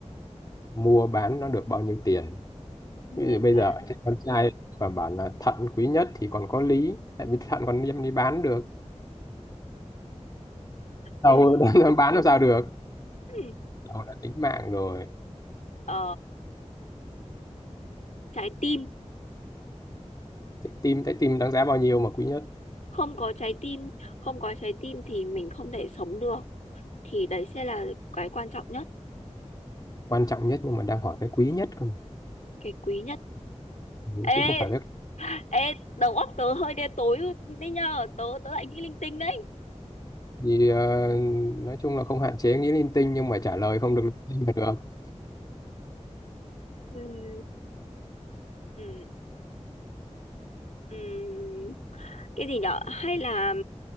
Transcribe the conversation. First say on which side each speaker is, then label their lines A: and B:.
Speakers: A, on the left; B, on the left.
A: mua bán nó được bao nhiêu tiền
B: mua
A: ví dụ bây
B: bán
A: giờ trên con trai và bảo là thận quý nhất thì còn có lý tại vì thận còn đem đi bán được đâu
B: ừ.
A: <laughs> nó bán làm sao được
B: ừ.
A: đâu là tính mạng rồi
B: Ờ, trái tim
A: Trái tim trái tim đáng giá bao nhiêu mà quý nhất
B: không có trái tim không có trái tim thì mình không thể sống được thì đấy sẽ là cái quan trọng nhất
A: quan trọng nhất nhưng mà đang hỏi cái quý nhất cơ mà
B: cái quý nhất
A: Ừ,
B: ê
A: chứ không phải cái
B: ê đầu óc tớ hơi đen tối đấy nhờ tớ tớ lại nghĩ linh tinh đấy
A: gì ờ, nói chung là không hạn chế nghĩ linh tinh nhưng mà trả lời không được linh tinh là được
B: ừ. Ừ. Ừ. cái gì nhở hay là